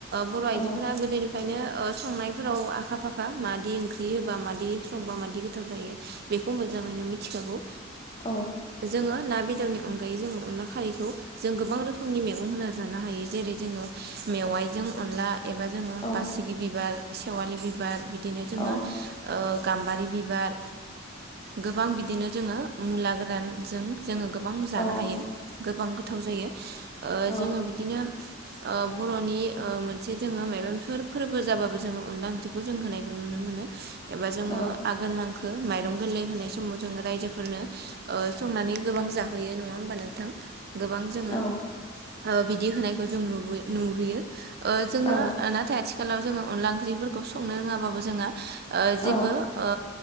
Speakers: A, on the right (about 50°); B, on the left (about 25°).
A: बर'
B: औ
A: आइजोफोरा गोदोनिफ्रायनो संनायफोराव आखा फाखा खा माबादि ओंख्रि होबा माबादि संबा मादि गोथाव जायो बेखौ मोजाङैनो मिथिखागौ
B: औ
A: जोङो ना बेदरनि अनगायै जोङो अनला खारैखौ जों गोबां रोखोमनि मैगं होना जानो हायो जेरै जोङो मेवाइजों अनला एबा जोङो
B: औ
A: बासिगि बिबार सेवालि बिबार बिदिनो जोङो
B: औ
A: गाम्बारि बिबार गोबां बिदिनो जोङो मुला गोरानजों जोङो गोबां जानो
B: औ
A: हायो गोबां गोथाव जायो
B: औ
A: जोङो बिदिनो ओ बर'नि मोनसे जोङो माइबंफोर फोरबो जाबाबो जोङो अनला ओंख्रि जों होनायखौ नुनो मोनो एबा जोङो
B: औ
A: <unintelligible> माइरं गोरलै होनाय समाव जोङो रायफोरनो ओ संनानै गोबां जा होयो नङा होमबा नोंथां गोबां जोङो।
B: औ
A: ओ बिदि होनायखौ जों नुबो नुबोयो ओ जोङो
B: औ
A: नाथाय आथिखा आथिखालाव जोङो अनला ओंख्रिफोरखौ संनो रोङाबाबो जोंहा
B: औ
A: जेबो ओ